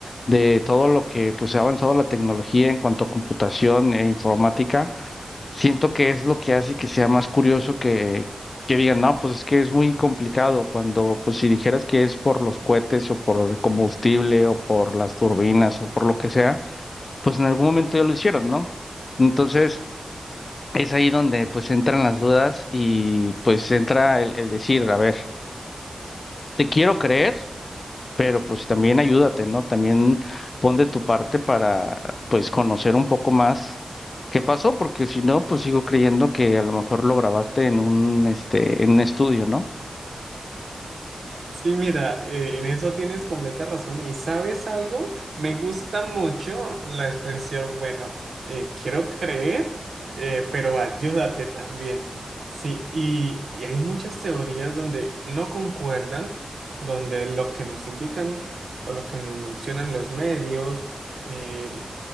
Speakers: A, on the left (about 45°); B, on the right (about 70°).
A: de todo lo que pues se ha avanzado la tecnología en cuanto a computación e informática Siento que es lo que hace que sea más curioso que, que digan, no, pues es que es muy complicado cuando, pues si dijeras que es por los cohetes o por el combustible o por las turbinas o por lo que sea, pues en algún momento ya lo hicieron, ¿no? Entonces es ahí donde pues entran las dudas y pues entra el, el decir, a ver, te quiero creer, pero pues también ayúdate, ¿no? También pon de tu parte para pues conocer un poco más qué pasó, porque si no, pues sigo creyendo que a lo mejor lo grabaste en un este en un estudio, ¿no?
B: Sí, mira, eh, en eso tienes completa razón. ¿Y sabes algo? Me gusta mucho la expresión, bueno, eh, quiero creer, eh, pero ayúdate también. Sí, y, y hay muchas teorías donde no concuerdan, donde lo que nos indican o lo que nos mencionan los medios, eh,